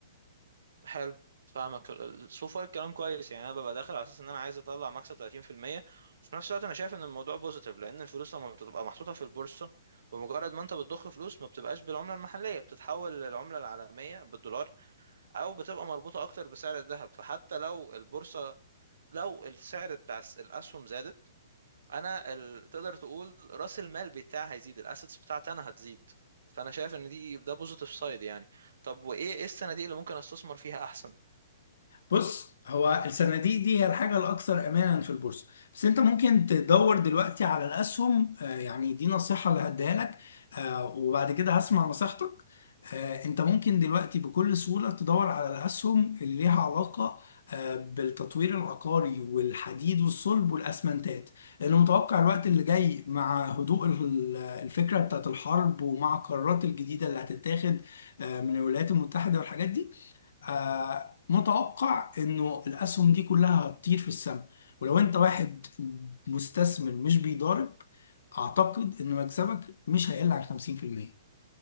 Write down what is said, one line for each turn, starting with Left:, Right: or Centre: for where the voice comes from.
Right: حلو فاهمك سو فار الكلام كويس يعني انا ببقى داخل على اساس ان انا عايز اطلع مكسب 30% وفي نفس الوقت انا شايف ان الموضوع بوزيتيف لان الفلوس لما بتبقى محطوطه في البورصه بمجرد ما انت بتضخ فلوس ما بتبقاش بالعمله المحليه بتتحول للعمله العالميه بالدولار او بتبقى مربوطه اكتر بسعر الذهب فحتى لو البورصه لو السعر بتاع الاسهم زادت انا ال... تقدر تقول راس المال بتاعي هيزيد الاسيتس بتاعتي انا هتزيد فانا شايف ان دي ده بوزيتيف سايد يعني طب وايه ايه الصناديق اللي ممكن استثمر فيها احسن
Left: بص هو الصناديق دي هي الحاجة الأكثر أمانا في البورصة بس أنت ممكن تدور دلوقتي على الأسهم آه، يعني دي نصيحة اللي هديها لك آه، وبعد كده هسمع نصيحتك آه، أنت ممكن دلوقتي بكل سهولة تدور على الأسهم اللي ليها علاقة آه، بالتطوير العقاري والحديد والصلب والأسمنتات لأنه متوقع الوقت اللي جاي مع هدوء ال- الفكرة بتاعت الحرب ومع القرارات الجديدة اللي هتتاخد آه، من الولايات المتحدة والحاجات دي آه، متوقع انه الاسهم دي كلها هتطير في السماء ولو انت واحد مستثمر مش بيضارب اعتقد ان مكسبك مش هيقل عن 50%